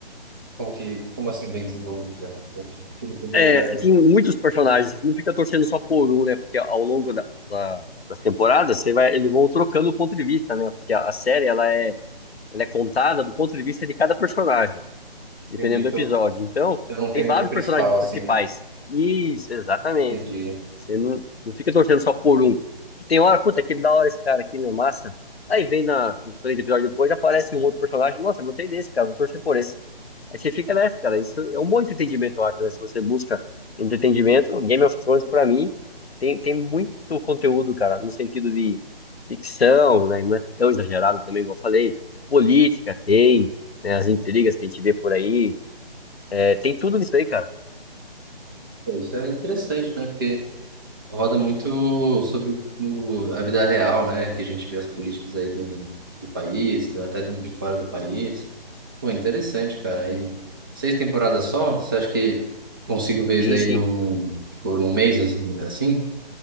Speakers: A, on the right; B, on the left.
A: como que, como assim bem desenvolvida? Eu queria entender
B: é,
A: melhor isso.
B: tem muitos personagens, não fica torcendo só por um, né? Porque ao longo da, da, das temporadas, você vai, eles vão trocando o ponto de vista, né? Porque a, a série, ela é, ela é contada do ponto de vista de cada personagem. dependendo
A: Entendi. Então,
B: do episódio. Então,
A: então não tem
B: tem vários
A: muito um principal,
B: personagens
A: assim,
B: principais.
A: né?
B: Isso, exatamente.
A: Entendi.
B: Você não, não fica torcendo só por um. E Tem hora, puta, que da hora esse cara aqui, não é massa? Aí vem na, no três episódios depois, aparece um outro personagem. Nossa, eu gostei desse, cara, vou torcer por esse. Aí você fica nessa, cara. Isso é um bom entretenimento, eu acho, né? Se você busca entretenimento, Game of Thrones, pra mim, tem, tem muito conteúdo, cara, no sentido de ficção, né? Não é tão exagerado também, igual eu falei. Política tem, né? As intrigas que a gente vê por aí é, tem tudo isso aí, cara.
A: Pô, Isso é interessante, né? Porque roda muito sobre o- a vida real, né? Que a gente vê as políticas aí do, do país, do- até de fora do país. Pô, interessante, cara. E seis temporadas só? Você acha que consigo ver isso
B: Sim,
A: daí
B: sim.
A: num, tipo, num mês, assim? assim?